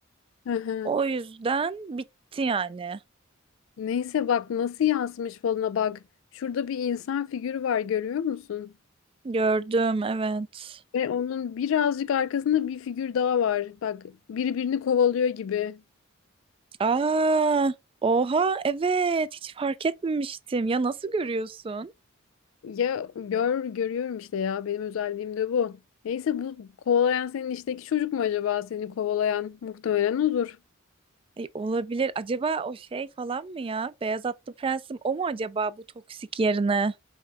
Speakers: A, on the left (about 70°); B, on the right (about 25°).
A: Hı hı.
B: O yüzden bitti yani.
A: Neyse bak nasıl yansımış falına bak. Şurada bir insan figürü var görüyor musun?
B: Gördüm, evet.
A: Ve onun birazcık arkasında bir figür daha var. Bak birbirini kovalıyor gibi.
B: Aa, oha, evet. Hiç fark etmemiştim. Ya nasıl görüyorsun?
A: Ya gör görüyorum işte ya benim özelliğim de bu. Neyse bu kovalayan senin işteki çocuk mu acaba seni kovalayan? Muhtemelen odur.
B: E, olabilir. Acaba o şey falan mı ya? Beyaz Atlı Prensim o mu acaba bu toksik yerine?